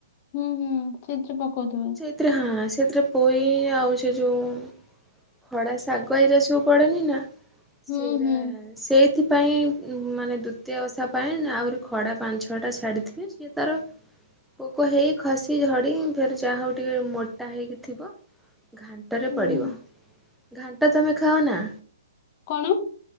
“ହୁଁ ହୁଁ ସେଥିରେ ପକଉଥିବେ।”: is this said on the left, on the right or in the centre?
Left